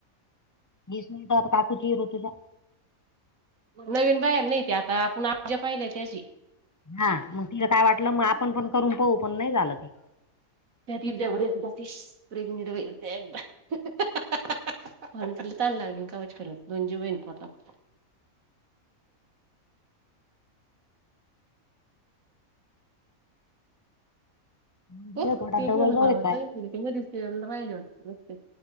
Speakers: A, on the left; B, on the right.
A: बीस मिनिटांत. <unintelligible> काकुची ऋतुजा.
B: नवीन बायाले नाही ते आता. आपण आपजा पाहिले त्याचे.
A: हा मग तिला काय वाटलं. म आपण पण करून पाहू. पण नाही झालं ते.
B: त्यातील देवरगॉफीश प्रेग्नेंट वेगैर <unintelligible> मनात लई तहाण लागली ना कवाची खरच. दोन जीवेना पोटात.
A: म्हणजे
B: हो
A: पोटात
B: ते
A: डबल
B: पेढा
A: रोल
B: खवाचा
A: आहे काय
B: दिस राहिले होते